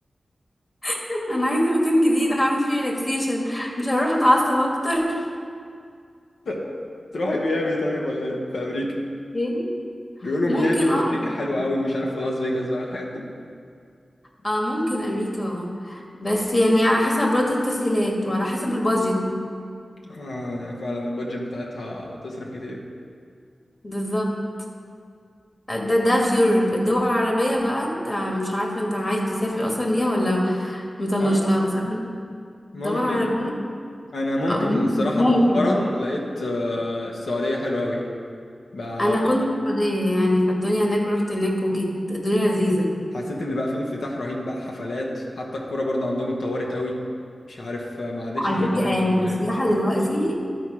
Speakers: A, on the left (about 30°); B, on the left (about 85°).
A: <laughs> انا عايزه مكان جديد اعمل فيه ريلاكسيشن مش هروح اتعصب اكتر <laughs>
B: طب تروحي ميامي طيب ولا ايه في امريكا
A: ايه
B: بيقولوا
A: ممكن
B: ميامي في
A: اه
B: امريكا
A: أمريكا.
B: حلوه قوي ومش عارف في لاس فيجاس بقى الحاجات دي
A: اه ممكن امريكا اه بس يعني على حسب برضه التسهيلات وعلى حسب البادجت
B: اه يا فعلا البادجت بتاعتها تصرف كتير
A: بالظبط ده ده في يوروب الدول العربية بقى انت مش عارفة انت عايز تسافر اصلا ليها ولا مطنش
B: اه ممكن
A: لها بس انا
B: ممكن
A: الدول العربية
B: انا ممكن
A: اه
B: الصراحه
A: ممكن
B: مؤخرا لقيت آه، السعوديه حلوه قوي بقى
A: انا كنت في السعودية يعني فالدنيا هناك رحت هناك وجيت الدنيا لذيذة
B: حسيت ان بقى في انفتاح رهيب بقى حفلات حتى الكوره برضه عندهم اتطورت قوي مش عارف آه، ما عادتش
A: على
B: زي
A: فكرة
B: زمان يعني
A: كسياحة
B: تقريبا
A: دلوقتي